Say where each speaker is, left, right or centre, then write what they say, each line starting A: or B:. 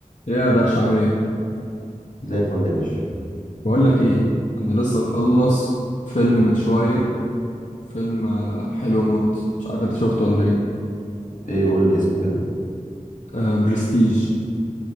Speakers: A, on the left; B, on the left.
A: يا قدرش اعمل ايه
B: زي الفل يا باشا
A: بقول لك ايه انا لسه مخلص فيلم من شويه فيلم آه، حلو موت مش عارف انت شفته ولا ايه
B: ايه قول لي اسمه كده
A: آه برستيج